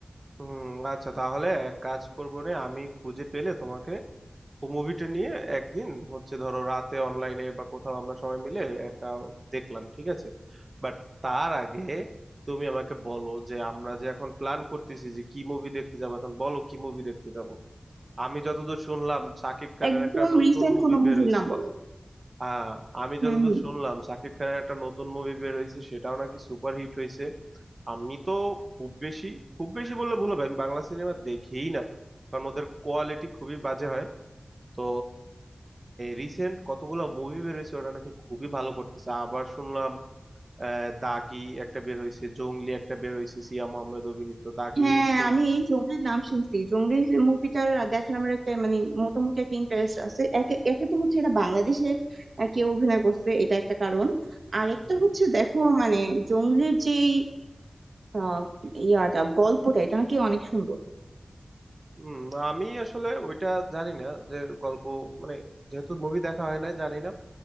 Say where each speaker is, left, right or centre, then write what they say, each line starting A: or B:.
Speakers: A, on the right; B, on the right.
A: হুম আচ্ছা তাহলে এক কাজ করবো রে আমি খুঁজে পেলে তোমাকে ও মুভিটা নিয়ে একদিন হচ্ছে ধরো রাতে অনলাইনে বা কোথাও আমরা সবাই মিলে একটা দেখলাম ঠিক আছে বাট তার আগে তুমি আমাকে বলো যে আমরা যে এখন প্ল্যান করতেছি যে কি মুভি দেখতে যাবো এখন বলো কি মুভি দেখতে যাব আমি যতদূর শুনলাম সাকিব খানের
B: একদম
A: একটা নতুন
B: রিসেন্ট
A: মুভি
B: কোনো মুভির
A: বের হয়েছে
B: নাম বলো
A: হ্যাঁ আমি
B: হুম
A: যতদূর
B: হুম
A: শুনলাম সাকিব খানের একটা নতুন মুভি বের হয়েছে সেটাও নাকি সুপার হিট হয়েছে আমি তো খুব বেশি খুব বেশি বললে ভুল হবে আমি বাংলা সিনেমা দেখিই না কারণ ওদের কোয়ালিটি খুবই বাজে হয় তো রিসেন্ট কতগুলো মুভি বেরোইছে ওটা নাকি খুবই ভালো করতেছে আবার শুনলাম আহ, দাগি একটা বের হয়েছে জংলি একটা বের হয়েছে সিয়া মোহাম্মদ অভিনীত দাগি
B: হ্যাঁ
A: হচ্ছে
B: আমি এই জংলির নাম শুনছি জংলি মুভিটার দেখার আমার একটা মানে মোটামুটি একটা ইন্টারেস্ট আছে একে একে তো হচ্ছে এটা বাংলাদেশে আহ, কেউ অভিনয় করছে এটা একটা কারণ আরেকটা
A: হুম হুম
B: হচ্ছে দেখো মানে জংলির যেই আহ, ইয়াটা গল্পটা এটা নাকি অনেক সুন্দর
A: হুম, আমি আসলে ওইটা জানি না যে গল্প মানে যেহেতু মুভি দেখা হয় না জানি না